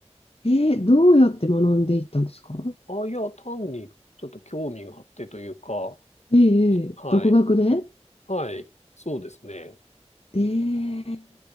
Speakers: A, on the left; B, on the left.
A: ええどうやって学んでいったんですか
B: あ、いや、単にちょっと興味があってというか、
A: ええええ独学で
B: はい。はい。そうですね。
A: ええ